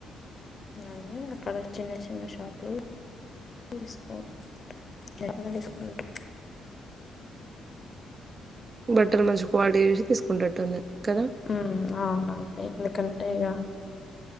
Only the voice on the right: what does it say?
ఉమ్
బట్టర్ మంచి క్వాలిటీ చూసి తీసుకుంటట్టుంది కదా